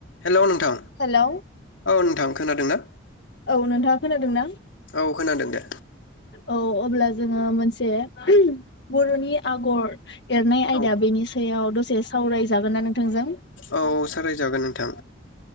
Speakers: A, on the left; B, on the left.
A: हेल' नोंथां
B: हेलौ
A: औ नोंथां। खोनादों ना?
B: औ नोंथाङा खोनादों ना?
A: औ खोनादों दे
B: औ अब्ला जोङो मोनसे ओं बर'नि आगर एरनाय आयदा
A: औ
B: बेनि सायाव दसे सावरायजागोन ना नोंथांजों
A: औ सावरायजागोन नोंथां